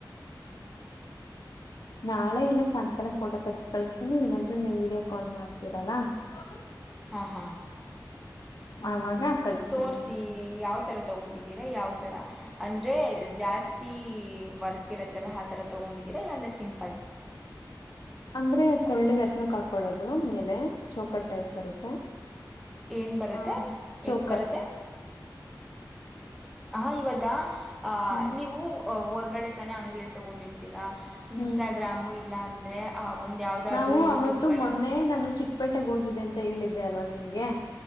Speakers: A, in the centre; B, on the left (about 65°).
A: ಹ್
B: ನಾಳೆ ಇಲ್ಲ ಸಾಯಂಕಾಲ ಫೋಟೋ ತಗ ಕಳಿಸತೀನಿ ಇಲ್ಲಾಂದ್ರೆ ನೀವು ವೀಡಿಯೋ ಕಾಲ್ ಮಾಡ್ತೀರಲ್ಲಾ ಹ್ಮ
A: ಹಾ ಹಾ
B: ಅವಾಗ ಕಳಿಸ್ತೀನಿ
A: ತೋರ್ಸಿ
B: ನಿಮ್ಗೆ.
A: ಯಾವ ತರ ತಗೊಂಡಿದಿ ಯಾವ ತರ ಅಂದ್ರೆ ಜಾಸ್ತಿ ವರ್ಕ್ ಇರತ್ತಲ್ಲ ಆ ತರ ತಗೊಂಡಿದೀರಾ ಇಲ್ಲಾಂದ್ರೆ ಸಿಂಲ್
B: ಅಂದ್ರೆ ಕಳ್ಳಿಗತ್ನ ಕಾಕೊಳ್ಳೋದು ದು ಮೇಲೆ ಚೋಕರ್ ಟೈಪ್ ಬರುತ್ತೆ
A: ಏನ್ ಬರುತ್ತೆ
B: ಆ
A: ಹೆಂಗ
B: ಚೋಕರ್
A: ಬರುತ್ತೆ ಹ ಇವಾಗ ಅಹ
B: ಹ್ಮ್
A: ನೀವು ಅ ಹೊರ್ಗಡೆ ತಾನೆ ಅಂಗಡಿಯಲ್ಲಿ ತಗೊಂಡಿರ್ತೀರಾ ಇನ್ಸ್ಟಾಗ್ರಾಮು
B: ಹ್ಮ್
A: ಇಲ್ಲ ಅಂದ್ರೆ ಒಂದ್ ಯಾವ್ದಾದ್ರು
B: ನಾವು
A: ಯೂಟ್ಯೂಬ್ಗಳಂತ
B: ಅವತ್ತು ಮೊನ್ನೆ ನಾನು ಚಿಕ್ಕಪೇಟೆಗೆ ಹೋಗಿದ್ದೆ ಅಂತ ಹೇಳಿದ್ದೆ ಅಲ್ವಾ ನಿಮಗೆ